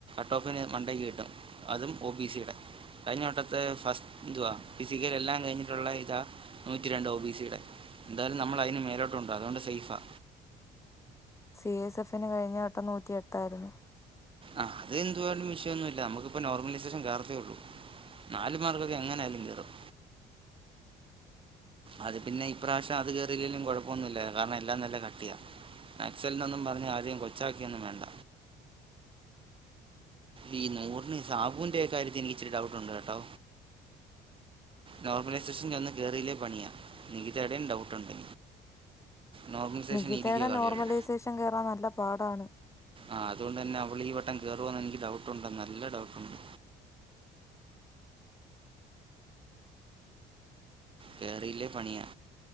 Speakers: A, on the right; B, on the left.
A: ട്ട്ഓഫിന് മണ്ട കിട്ടും അതും ഒ ബി സിയുടെ കഴിഞ്ഞ വട്ടത്തെ ഫസ്റ്റ് ഇതുവാ ഫിസിക്കൽ എല്ലാം കഴിഞ്ഞിട്ടുള്ള ഇതാ നൂറ്റി രണ്ട് ഓ ബി സിയുടെ എന്തായാലും നമ്മൾ അതിന് മേലോട്ടുണ്ടോ അതുകൊണ്ട് സേഫാ
B: സി എസ് എഫിന് കഴിഞ്ഞ വെട്ടം നൂറ്റിയെട്ടായിരുന്നു
A: ആ അത് എന്തുവാലും വിഷയൊന്നു ഇല്ല നമ്മുക്കിപ്പ നോർമലൈസേഷൻ കേറത്തേ ഒള്ളൂ നാല് മർക്ക് ഒക്കെ എങ്ങനേലും കേറും അത് പിന്നെ ഇപ്രാവശ്യം അത് കേറിലേലും കൊഴപ്പോന്നു ഇല്ല കാരണം എല്ലാം നല്ല കട്ടിയാ നക്സലിനൊന്നും പറഞ്ഞ് ആരേം കൊച്ചാക്കെയൊന്നും വേണ്ട
B: <inaudible>
A: ഈ നൂറിന് സാബുവിന്റെ കാര്യത്തി എനിക്കിച്ചിരി ഡൗട്ടുണ്ട് കേട്ടോ നോർമലൈസേസൻൊന്ന് കേറില്ലേ പണിയാ നിഖിതേടേം ഡൗട്ടുണ്ട് നോർമലൈസേഷൻ
B: നിഖിതേടെ
A: ഇരിക്കുക കളിയുള്ളൂ
B: നോർമലൈസേഷൻ കേറാൻ നല്ല പാടാണ്
A: ആ അതുകൊണ്ട് അന്നെ അവള് ഈ വട്ടം കേറുവോന്ന് എനിക്ക് ഡൗട്ടുണ്ട് നല്ല ഡൗട്ടുണ്ട് കേറിയില്ലേ പണിയാ